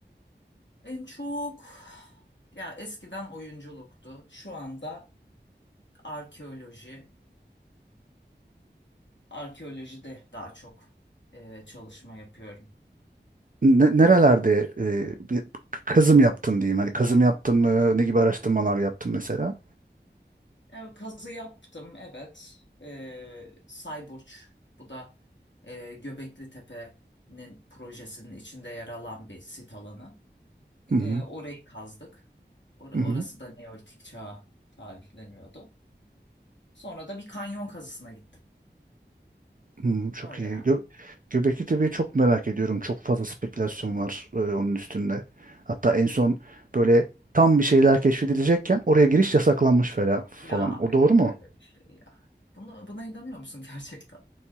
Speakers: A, on the left; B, on the right.
A: En çok ya eskiden oyunculuktu. Şu anda arkeoloji. Arkeolojide daha çok e, çalışma yapıyorum.
B: Ne- nerelerde e, bir kazım yaptın diyeyim. Hani kazım yaptın mı? Ne gibi araştırmalar yaptın mesela?
A: Evet, kazı yaptım evet. Ee, Sayburç bu da e, Göbekli Tepe'nin projesinin içinde yer alan bir sit alanı.
B: Hı hı.
A: Ee, orayı kazdık. Or-
B: Hı
A: orası
B: hı.
A: da Neolitik çağa tarihleniyordu. Sonra da bir kanyon kazısına gittim.
B: Hı, çok
A: Öyle
B: iyi.
A: yani.
B: Gö Göbekli Tepe'yi çok merak ediyorum. Çok fazla spekülasyon var e, onun üstünde. Hatta en son böyle tam bir şeyler keşfedilecekken oraya giriş yasaklanmış falan falan.
A: Ya
B: O
A: yok
B: doğru mu?
A: öyle bir şey ya. Buna, buna inanıyor musun <laughs> gerçekten?